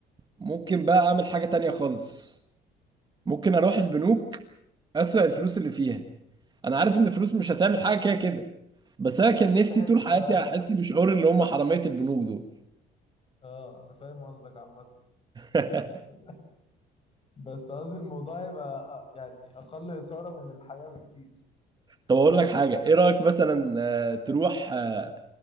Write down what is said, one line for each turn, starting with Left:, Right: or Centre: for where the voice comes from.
Right: ممكن بقى اعمل حاجه تانية خالص ممكن اروح البنوك اسرق الفلوس اللي فيها انا عارف ان الفلوس مش هتعمل حاجه كده كده بس انا كان
Left: عايز
Right: نفسي
Left: تحس
Right: طول حياتي
Left: اه
Right: احس بشعور اللي هم حراميه البنوك دول
Left: آه، انا فاهم قصدك عامه
Right: <laughs>
Left: بس بس قصدي الموضوع يبقى آه، يعني اقل اثاره من الحياه بكتير
Right: طب اقول لك حاجه ايه رايك مثلا آه، تروح آه،